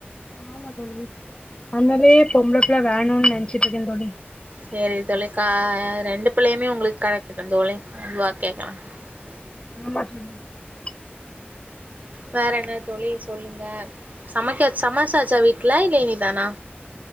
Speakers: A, on the left; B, on the right.
A: ஆமா தோழி அந்தாலயே பொம்பள புள்ள வேணுனு நெனச்சிட்ருக்கே தோழி.
B: சேரி தோழி கா ரெண்டு பிள்ளையுமே உங்களுக்கு கெடைக்கட்டு தோழி <unintelligible>
A: ஆமா <unintelligible>
B: வேற என்ன தோழி சொல்லுங்க சமைக்க சமசாச்சா வீட்டுல இல்ல இனிதானா